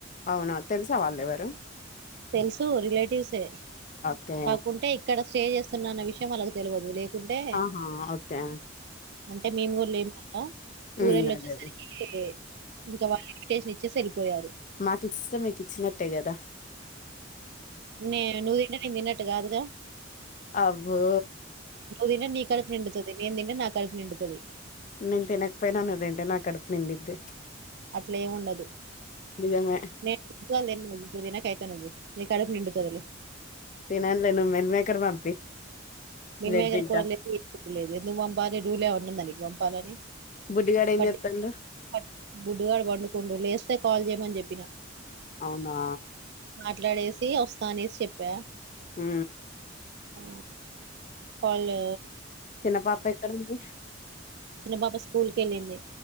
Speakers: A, on the left; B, on the right.
A: అవునా తెలుసా వాళ్ళు ఎవరు
B: తెలుసు రిలేటివ్సే
A: ఓకే
B: కాకుంటే ఇక్కడ స్టే చేస్తున్నా అన్న విషయం వాళ్ళకు తెలవదు లే కుంటే
A: ఆహా ఓకే
B: అంటే మేము కూడా లేం కదా
A: హ్మ్
B: ఊరెళ్ళొచ్చేసరికి
A: అదే అదే
B: ఇంక వాళ్ళు ఇన్విటేషన్ ఇ చ్చేస్ ఎళ్ళిపోయారు
A: మాకు ఇచ్చిస్సే మీకిచ్చినట్టే కదా
B: నే నువ్ తింటే నే తిన్నట్ ట్ట్ కాదుగా
A: అబ్బో
B: నువ్వు తింటే నీ కడుపు నిండుతది. నేను తింటే నా కడుపు నిండుతది
A: నేన్ తినక పొయ్ నా నువ్ తింటే నా కడుపు నిండిద్ది
B: అట్లా ఏముండదు
A: నిజమే
B: నే <unintelligible> ఇప్పుడు తినకైతే నువ్వు నీ కడుపు నిండుతాది లే
A: తనను లే నువ్ మీల్ మేకర్ పంపి
B: మీల్
A: రేపు
B: మేకర్
A: తింటా
B: కూర లేదు <unintelligible> లేదు ఎందుకు పంపాలి రూల్లేమన్నుందా నీ పంపాలని
A: బుడ్డిగాడు ఏం
B: పట్టి
A: చేత్తండు
B: ప బుడ్డుగాడు పండుకుండు లేస్తే కాల్ చెయ్యమని చెప్పినా
A: అవునా
B: ట్లాడేసి వస్తా అనేసి చెప్పా
A: ఉ
B: ఊ పలు
A: చిన్న పాప ఎక్కడ ఉంది
B: చిన్న పాప స్కూల్కి ఏళ్ళింది